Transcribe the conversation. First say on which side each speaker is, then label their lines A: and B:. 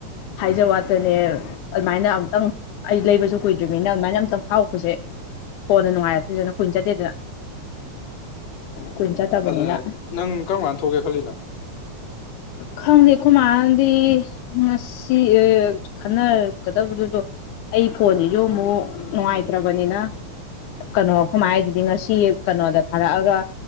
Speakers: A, on the left (about 85°); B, on the left (about 65°).
A: ꯍꯥꯏꯖꯕ ꯋꯥꯠ ꯅꯦ ꯑꯗꯨꯃꯥꯏꯅ ꯑꯃꯝꯛꯇꯪ ꯑꯩ ꯂꯩꯕꯁꯨ ꯀꯨꯏꯗ꯭ꯔꯤꯕꯃꯤꯅ ꯑꯗꯨꯃꯥꯏꯅ ꯑꯝꯇꯪ ꯐꯥꯎꯔꯛꯄꯁꯦ ꯀꯣꯟꯅ ꯅꯨꯡꯉꯥꯏꯔꯛꯇꯦꯗꯅ ꯀꯨꯏꯅ ꯆꯠꯇꯦꯗꯅ ꯀꯨꯏꯅ ꯆꯠꯇꯕꯅꯤꯅ
B: ꯑꯗꯨꯅ ꯅꯪ ꯀꯔꯝ ꯀꯥꯟꯗ ꯊꯣꯛꯀꯦ ꯈꯜꯂꯤꯅꯣ
A: ꯈꯪꯗꯦ ꯑꯈꯣꯏ ꯃꯥꯗꯤ ꯉꯁꯤ ꯑ ꯈꯟꯅꯔꯛꯀꯗꯕꯗꯨꯁꯨ ꯑꯩ ꯐꯣꯟꯁꯤꯁꯨ ꯑꯃꯨꯛ ꯅꯨꯡꯉꯥꯏꯇ꯭ꯔꯕꯅꯤꯅ ꯀꯩꯅꯣ ꯑꯩꯈꯣꯏ ꯃꯥꯅ ꯍꯥꯏꯁꯤꯗꯤ ꯉꯁꯤ ꯀꯩꯅꯣꯗ ꯊꯥꯔꯛꯑꯒ